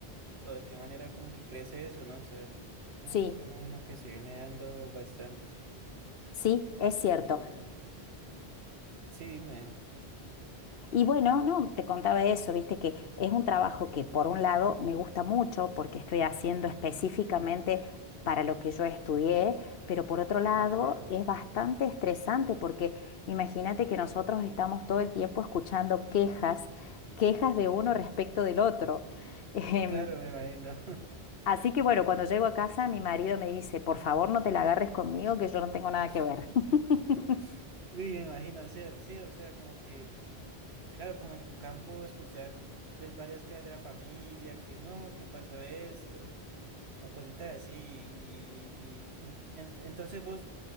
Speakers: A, on the right; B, on the left.
A: o de qué manera como que crece eso, ¿no? O sea, es un
B: Sí.
A: fenómeno que se viene dando bastante.
B: Sí, es cierto.
A: Y sí, dime.
B: Y bueno, no, te contaba eso, viste que es un trabajo que por un lado me gusta mucho porque estoy haciendo específicamente para lo que yo estudié, pero por otro lado
A: Ajá.
B: es bastante estresante porque imagínate que nosotros estamos todo el tiempo escuchando quejas, quejas de uno respecto del otro. <laughs> Em,
A: Claro, me imagino.
B: así que bueno, cuando llego a casa mi marido me dice, por favor no te la agarres conmigo que yo no tengo nada
A: <laughs>
B: que ver. <laughs>
A: Y me imagino, o sea, sí, o sea, como que, claro, como en tu campo escuchar, ves varias quejas de la familia, que no, que pasó esto. o cositas así. Y, y- y en- en- entonces vos,